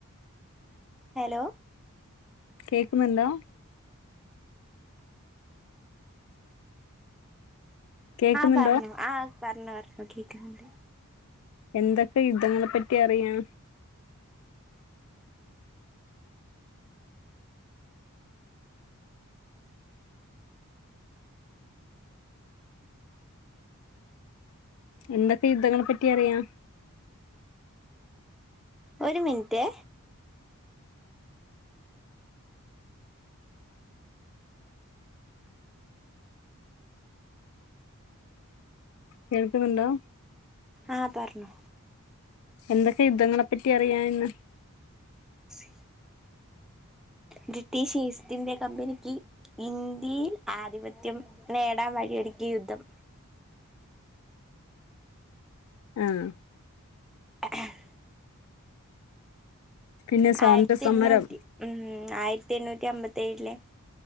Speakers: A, in the centre; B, on the left.
A: ഹലോ
B: കേക്ക്ന്നുണ്ടോ കേക്കുന്നുണ്ടോ
A: ആഹ് പറഞ്ഞു ആഹ് അത് പറഞ്ഞു ഒറപ്പാക്കിക്കാണ്ട്.
B: എന്തൊക്കെ യുദ്ധങ്ങളെ പറ്റി അറിയാ? എന്തൊക്കെ യുദ്ധങ്ങളെ പറ്റി അറിയാ?
A: ഒരു മിനിറ്റെ
B: കേൾക്കുന്നുണ്ടോ
A: ആഹ് പറഞ്ഞോ
B: എന്തൊക്കെ യുദ്ധങ്ങളെപ്പറ്റി അറിയാ എന്ന്?
A: സി ബ്രിട്ടീഷ് ഈസ്റ്റ് ഇന്ത്യ കമ്പനിക്ക് ഇന്ത്യയിൽ ആധിപത്യം നേടാൻ വഴിയൊരുക്കിയ യുദ്ധം
B: ആഹ്
A: <unintelligible>
B: പിന്നെ സ്വാതന്ത്ര്യ
A: ആയിരത്തി
B: സമരം
A: എണ്ണൂറ്റി ഉം ആയിരത്തി എണ്ണൂറ്റി അമ്പത്തി ഏഴിലെ